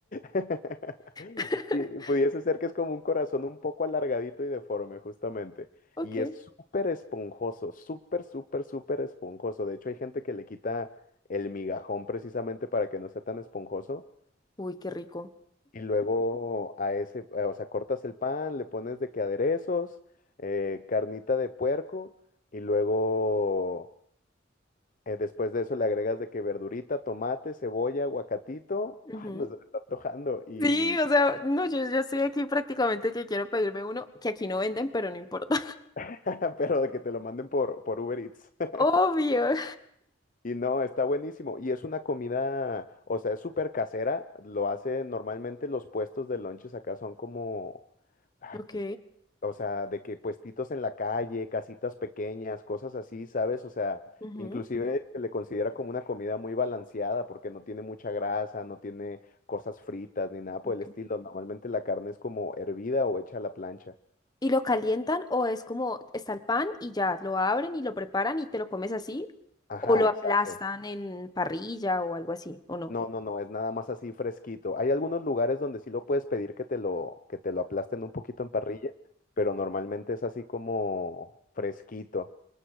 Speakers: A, on the left; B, on the left.
A: <laughs>
B: <laughs>
A: Sí, pudiese ser que es como un corazón un poco alargadito y deforme, justamente.
B: Ok.
A: Y es súper esponjoso, súper, súper, súper esponjoso. De hecho, hay gente que le quita el migajón precisamente para que no sea tan esponjoso.
B: Uy, qué rico.
A: Y luego a ese, eh, o sea, cortas el pan, le pones de que aderezos, eh, carnita de puerco, y luego eh, después de eso le agregas de que verdurita, tomate, cebolla, aguacatito. <laughs>
B: Ujú.
A: Ah, no se me está antojando. Y...
B: Sí, o sea, no, yo, yo estoy aquí prácticamente que quiero pedirme uno que aquí no venden, pero no importa.
A: <laughs> Pero de que te lo manden por, por Uber Eats. <laughs>
B: <laughs> Obvio.
A: Y no, está buenísimo. Y es una comida, o sea, es súper casera. Lo hace normalmente los puestos de lonches acá son como, ay,
B: Ok.
A: pues. O sea, de que puestitos en la calle, casitas pequeñas, cosas así, ¿sabes? O sea,
B: ujú,
A: inclusive se le considera como una comida muy balanceada porque no tiene mucha grasa, no tiene cosas fritas ni nada por
B: ok.
A: el estilo. Normalmente la carne es como hervida o hecha a la plancha.
B: ¿Y lo calientan o es como está el pan y ya lo abren y lo preparan y te lo comes así?
A: Ajá,
B: ¿O lo
A: exacto.
B: aplastan en parrilla o algo así? ¿O no?
A: No, no, no, es nada más así fresquito. Hay algunos lugares donde sí lo puedes pedir que te lo, que te lo aplasten un poquito en parrilla, pero normalmente es así como fresquito